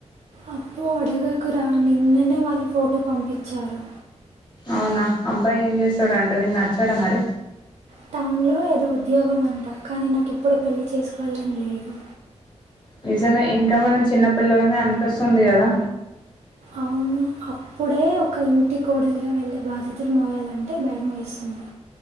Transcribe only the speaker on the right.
అప్పు అడగకురా నిన్ననే వాళ్ళు ఫోటో పంపించారు
టౌన్లో ఏదో ఉద్యోగం అంట కానీ నాకు ఇప్పుడే పెళ్లి చేసుకోవాలని లేదు
అవును అప్పుడే ఒక ఇంటి కోడలిగా వెళ్ళి బాధ్యతలు మోయాలంటే భయం వేస్తుంది